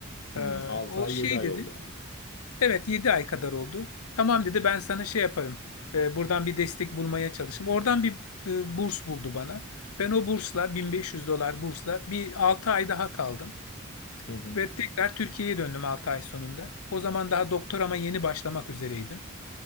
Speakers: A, on the left; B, on the left.
A: Hmm,
B: Ee,
A: 6
B: o
A: ay
B: şey
A: 7 ay
B: dedi.
A: oldu yani.
B: Evet 7 ay kadar oldu. Tamam dedi ben sana şey yaparım. Ee, buradan bir destek bulmaya çalışayım. Oradan bir e, burs buldu bana. Ben o bursla 1500 dolar bursla bir 6 ay daha kaldım.
A: Hı hı,
B: Ve tekrar Türkiye'ye döndüm 6 ay sonunda. O zaman daha doktorama yeni başlamak üzereydim.